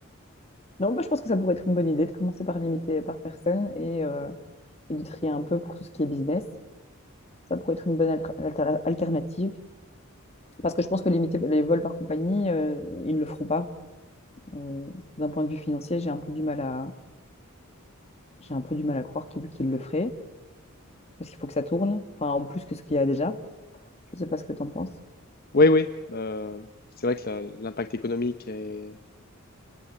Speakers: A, on the left; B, on the left.
A: Non, moi je pense que ça pourrait être une bonne idée de commencer par limiter par personne et, euh, et de trier un peu pour tout ce qui est business. Ça pourrait être une bonne alter- alter- alternative. Parce que je pense que limiter les vols par compagnie, euh, ils ne le feront pas. Euh, d'un point de vue financier, j'ai un peu du mal à, j'ai un peu du mal à croire qu'ils qu'ils le feraient. Parce qu'il faut que ça tourne, enfin en plus que ce qu'il y a déjà. Je ne sais pas ce que tu en penses.
B: Oui, oui. euh, c'est vrai que la- l'impact économique est...